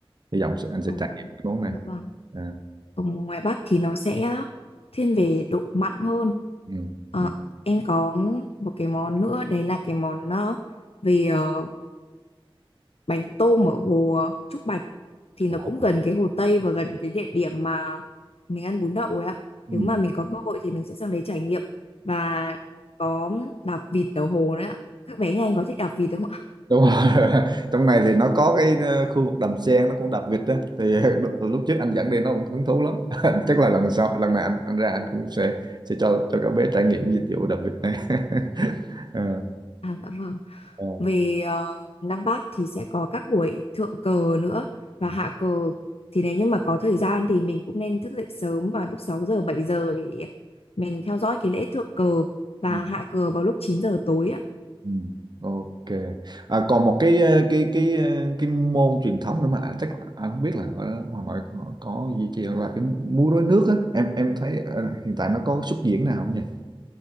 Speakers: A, on the right; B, on the left.
A: hy vọng sẽ, anh sẽ
B: Ờ,
A: trải nghiệm cái món này
B: dạ vâng.
A: à,
B: Ở ngoài Bắc thì nó sẽ thiên về độ mặn hơn.
A: ừ,
B: Ờ,
A: ừ.
B: em có một cái món nữa đấy là cái món ờ, về ờ, bánh tôm ở hồ ờ, Trúc Bạch thì
A: Ồ.
B: nó cũng gần cái Hồ Tây và gần cái địa điểm mà mình ăn bún đậu ấy ạ.
A: Ừ.
B: Nếu mà mình có cơ hội thì mình sẽ sang đấy trải nghiệm và có đạp vịt ở hồ đấy ạ. Các bé nhà anh có thích đạp vịt không ạ?
A: đúng rồi. <laughs> trong này thì nó có cái ờ, khu vực đầm sen nó cũng đập vịt á thì <laughs> lúc, lúc trước anh dẫn đi nó cũng hứng thú lắm <laughs> chắc là lần sau lần này anh anh ra anh cũng sẽ sẽ cho cho các bé trải nghiệm cái dịch vụ đập vịt này <laughs> Ờ,
B: À, dạ vâng.
A: ờ.
B: Về ờ, Lăng Bác thì sẽ có các buổi thượng cờ nữa và
A: Ừ,
B: hạ cờ. Thì nếu như mà có thời gian thì mình cũng nên thức dậy sớm vào lúc 6 giờ 7 giờ để mình theo dõi cái lễ thượng cờ và
A: ừ,
B: hạ cờ vào lúc 9 giờ tối ạ.
A: ừ. ok à, còn một cái ờ, cái cái ờ, cái môn truyền thống nữa mà anh- chắc anh không biết là ở Hà Nội họ có duy trì là cái múa rối nước á em em thấy ờ, hiện tại nó có xuất diễn nào không nhỉ